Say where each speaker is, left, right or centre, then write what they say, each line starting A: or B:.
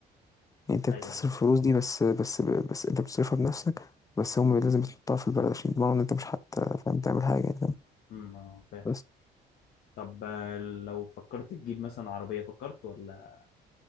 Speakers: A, on the left (about 20°); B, on the left (about 70°).
A: يعني انت بتصرف
B: ايوه
A: الفلوس دي بس بس بس انت بتصرفها بنفسك بس هم لازم تحطها في البلد عشان يضمنوا ان انت مش حت فاهم تعمل حاجة يعني فاهم
B: امم اه فاهم
A: بس
B: طب آه، لو فكرت تجيب مثلا عربيه فكرت ولا